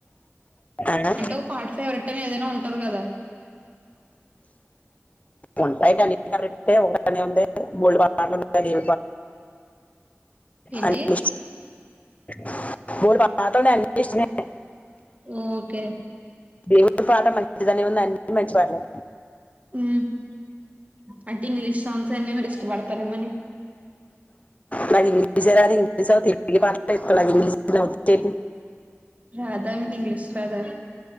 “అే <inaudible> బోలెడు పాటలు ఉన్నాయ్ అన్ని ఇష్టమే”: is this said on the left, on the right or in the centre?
Left